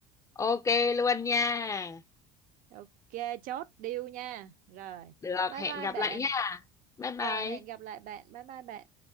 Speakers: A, on the left; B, on the right.
A: Ok luôn nha.
B: ok chốt deal nha rồi
A: Được,
B: bye
A: hẹn
B: bye
A: gặp
B: bạn
A: lại nha. Bye bye.
B: rồi hẹn gặp lại bạn bye bye bạn